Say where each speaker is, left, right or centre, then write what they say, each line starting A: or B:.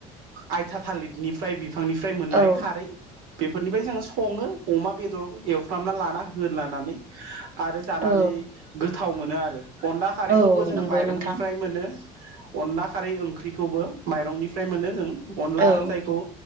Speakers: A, on the right; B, on the right.
A: आयथा थालिरनिफ्राय बिफांनिफ्राय मोननाय
B: औ
A: खारै बेफोरनिफ्राय जोङो सङो अमा बेदर एवफ्रामना लाना होथलानानै। आरो जानानै
B: औ
A: गोथाव मोनो आरो अनला खारैखौबो
B: औ
A: जों
B: नंगौ
A: माइरंनिफ्राय
B: नोंथां
A: मोनो। अनला खारै ओंख्रिखौबो माइरंनिफ्राय मोनो जों अनला
B: औ
A: जायखौ